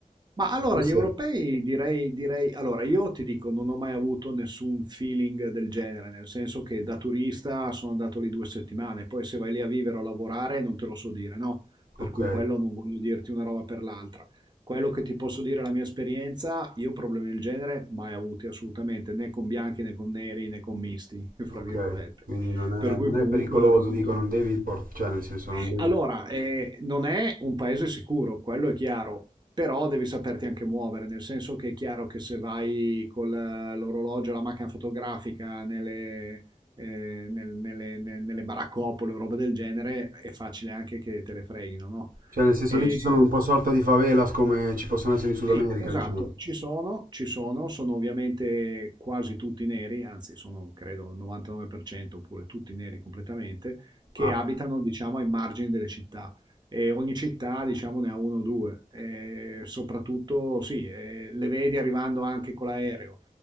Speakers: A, on the right; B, on the right.
A: Ma allora
B: Sì, sì.
A: gli europei direi, direi, allora io ti dico, non ho mai avuto nessun feeling del genere, nel senso che da turista sono andato lì due settimane, poi se vai lì a vivere o a lavorare non te lo so dire, no? Per
B: Ok,
A: cui quello non voglio dirti una roba per l'altra. Quello che ti posso dire è la mia esperienza, io problemi del genere mai avuti assolutamente, né con bianchi né con neri né con misti, <laughs> fra
B: ok.
A: virgolette.
B: Quindi non è,
A: Per cui
B: non
A: comunque
B: è pericoloso,
A: da quel punto
B: dico,
A: di
B: non devi por- cioè nel senso
A: eh,
B: non devi.
A: Allora, eh, non è un paese sicuro, quello è chiaro, però devi saperti anche muovere, nel senso che è chiaro che se vai con la- l'orologio, la macchina fotografica nelle, eh, nel- nelle, ne- nelle baraccopole o roba del genere, è facile anche che te le freghino, no?
B: Cioè nel senso
A: E-
B: lì ci sono un po' sorta di favelas come ci possono essere in Sud
A: sì,
B: America,
A: esatto,
B: diciamo.
A: ci sono, ci sono, sono ovviamente quasi tutti neri, anzi sono credo il 99% oppure tutti neri completamente, che
B: Ah,
A: abitano diciamo ai margini delle città e ogni città diciamo ne ha uno o due e soprattutto sì, eh, le vedi arrivando anche con l'aereo.